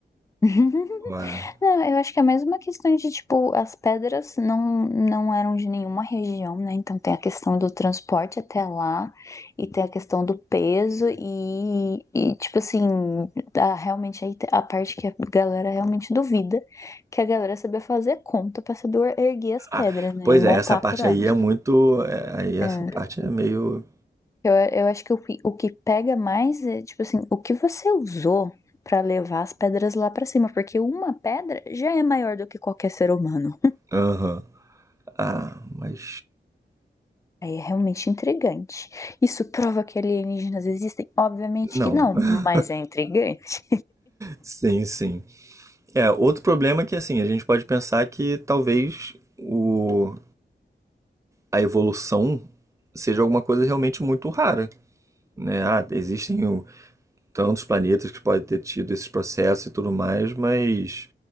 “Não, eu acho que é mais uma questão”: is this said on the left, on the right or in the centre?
Left